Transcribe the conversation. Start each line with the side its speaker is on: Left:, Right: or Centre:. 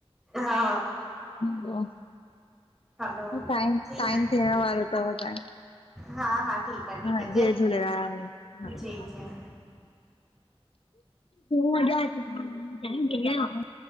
Centre: हा
Left: ब्यो?
Centre: हलो
Left: टाइम
Centre: ठीकु
Left: टाइम थियण वारो थव तव्हांयो।
Centre: हा हा ठीकु आ ठीकु
Left: हा
Centre: आ
Left: जय झूलेलाल ह
Centre: जी जी।
Left: मजा आती <unintelligible> च क क